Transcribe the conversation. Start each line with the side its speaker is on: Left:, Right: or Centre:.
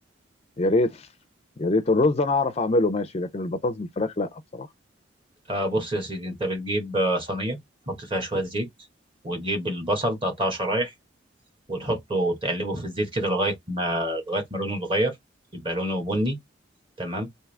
Left: يا ريت يا ريت الرز انا اعرف اعمله ماشي لكن البطاطس بالفراخ لا بصراحه
Right: آه بص يا سيدي انت بتجيب آه، صينيه تحط فيها شويه زيت وتجيب البصل تقطعه شرايح وتحطه تقلبه في الزيت كده لغايه ما لغايه ما لونه يتغير يبقى لونه بني تمام